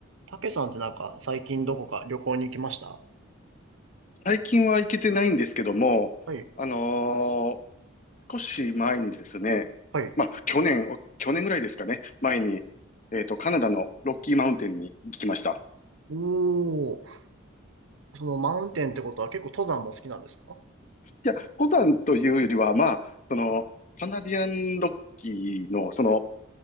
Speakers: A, on the right (about 65°); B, on the left (about 35°).
A: たけさんってなんか最近どこか旅行に行きました
B: 最近は行けてないんですけども、
A: はい。
B: あのー少し前にですね、
A: はい。
B: まあ、去年、お去年ぐらいですかね、前に、えっと、カナダのロッキーマウンテンに行きました。
A: おー。そのマウンテンってことは結構登山も好きなんですか
B: いや、登山というよりは、まあ、その、カナディアンロッキーの、その、